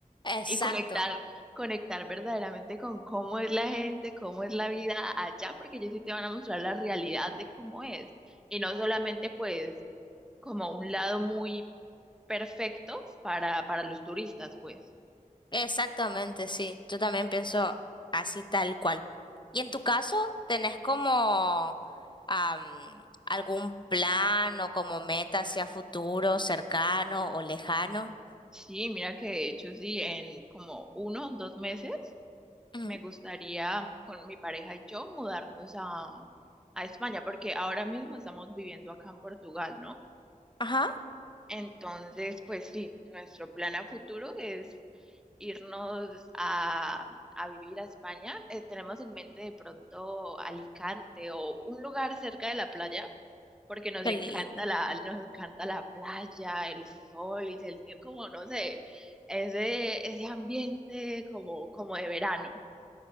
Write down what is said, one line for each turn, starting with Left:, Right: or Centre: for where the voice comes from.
Left: Exacto,
Centre: y conectar, conectar verdaderamente con cómo es la gente, cómo es la vida allá, porque ellos sí te van a mostrar la realidad de cómo es. Y no solamente pues como un lado muy perfecto para, para los turistas, pues.
Left: exactamente, sí. Yo también pienso así tal cual. ¿Y en tu caso, tenés como am, algún plan o como meta hacia futuro, cercano o lejano?
Centre: Sí, mira que de hecho sí, en como uno, dos meses
Left: Ujú.
Centre: me gustaría con mi pareja y yo mudarnos a, a España, porque ahora mismo estamos viviendo acá en Portugal, ¿no?
Left: Ajá,
Centre: Entonces, pues sí, nuestro plan a futuro es irnos a, a vivir a España? Eh, tenemos en mente de pronto Alicante o un lugar cerca de la playa, porque nos
Left: qué
Centre: encanta
Left: lindo.
Centre: la, nos encanta la playa, el sol y sentir como, no sé, ese, ese ambiente como, como de verano.